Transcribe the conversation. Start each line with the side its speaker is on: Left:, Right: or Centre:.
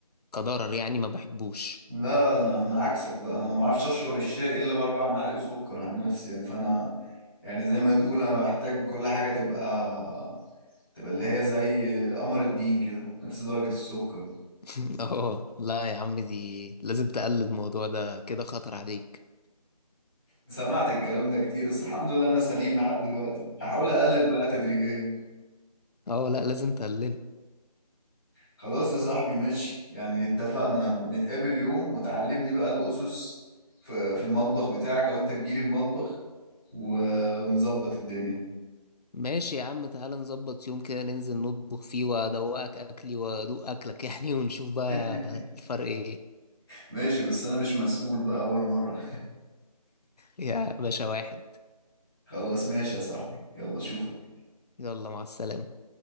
Left: كضرر يعني ما بحبوش
Centre: لا انا انا عكسك بقى انا ما اعرفش اشرب الشاي الا باربع معالق سكر عن نفسي يعني فانا يعني زي ما تقول انا بحتاج كل حاجه تبقى تبقى اللي هي زي قمر الدين كده نفس درجه السكر
Left: <laughs> اه لا يا عم دي لازم تقلل الموضوع ده كده خطر عليك
Centre: سمعت الكلام ده كتير بس الحمد لله انا سليم لحد دلوقتي هحاول اقلل بقى تدريجيا
Left: اه لا لازم تقلله
Centre: خلاص يا صاحبي ماشي يعني اتفقنا نتقابل يوم وتعلمني بقى الأسس في في المطبخ بتاعك أو أنت تجيلي المطبخ و... ونظبط الدنيا
Left: ماشي يا عم تعالى نظبط يوم كده ننزل نطبخ فيه وادوقك اكلي وادوق اكلك <laughs> يعني ونشوف بقى
Centre: <laughs>
Left: الفرق ايه
Centre: ماشي بس أنا مش مسؤول بقى أول مرة
Left: يا باشا واحد
Centre: خلاص ماشي يا صاحبي يلا أشوفك
Left: يلا مع السلامه